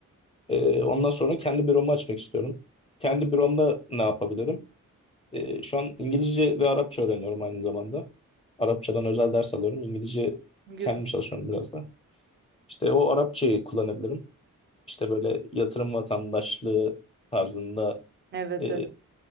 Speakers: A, on the left; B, on the right.
A: Ee, ondan sonra kendi büromu açmak istiyorum. Kendi büromda ne yapabilirim? Ee, şu an İngilizce ve Arapça öğreniyorum aynı zamanda. Arapçadan özel ders alıyorum. İngilizce
B: Güzel.
A: kendim çalışıyorum biraz da. İşte o Arapçayı kullanabilirim. İşte böyle yatırım vatandaşlığı tarzında
B: Evet
A: e,
B: evet.